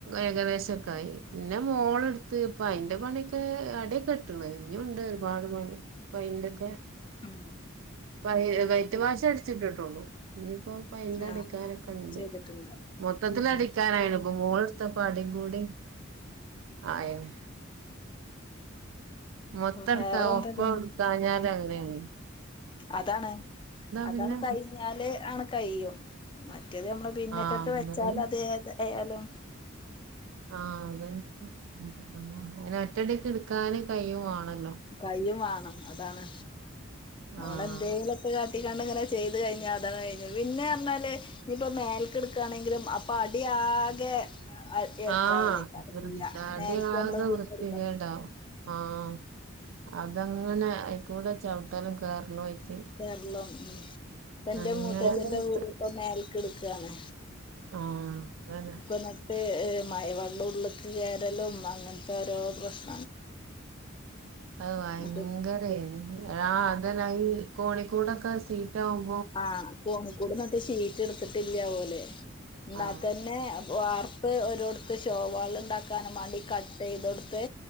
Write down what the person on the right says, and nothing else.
ഏകദേശൊക്കായി. പിന്നെ മോള്ട്ത്ത് ഇപ്പോ അയ്ന്റെ പണിയൊക്കെ അട്യൊക്ക ട്ട്ണ്. ഇഞ്ഞുണ്ട് ഒര്പാട് പണി പയ്ൻ്റൊക്കെ.
പൈ വെയ്റ്റ് വാഷ് അട്ച്ച്ട്ട്ട്ടോള്ളൂ. ഇഞ്ഞിപ്പോം പൈൻ്റടിക്കാനൊക്കെണ്ട്.
മൊത്തത്തിലടിക്കാനായ്ണ്
പ്പം മോൾ ത്തെപ്പ അടിം കൂടിം ആയീണ്. മൊത്തട്താ
ഒപ്പ
ഇട്ക്കാഞാല് അങ്ങനേണ്.
പിന്നെ
ആഹ്
എന്നാ പിന്നെ
ആഹ് അതൻ <unintelligible> അതയ്‌ന് ഒറ്റടിക്ക് ഇട്ക്കാന് കയ്യും വേണല്ലോ.
ആഹ്
ആഹ് വൃത്തി
തടിയാകെ
വൃത്തികേടാവും ആഹ് അതങ്ങനെ അയ്കൂടെ ചവിട്ടലും കേറലും ആയ്റ്റ്
അങ്ങനെ
ആഹ്. അതന്നെ
അത് ഭയങ്കരേനി
ആഹ് അതന്നെ അഹ് കോണിക്കൂടൊക്കെ സീറ്റാവും
ആഹ്